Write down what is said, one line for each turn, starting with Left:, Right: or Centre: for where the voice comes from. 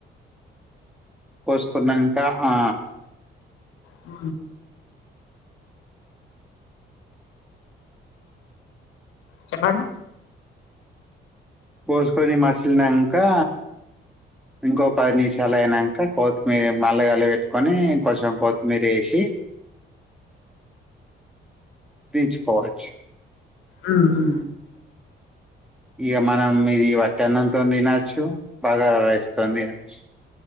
Centre: పోస్కునంక ఆ
Left: హ చెప్పండి
Centre: పోస్కొని మసిల్నంకా ఇంకో పది నిమిషాలు అయినంక కొత్తిమీ మల్లగాల పెట్టుకొని కొంచెం కొత్తిమీర్ ఏసీ దించుకోవచ్చు
Left: ఊహు
Centre: ఇగ మనం ఇది వట్టన్నంతో తినొచ్చు. బగారా రైస్తో తినొచ్చు.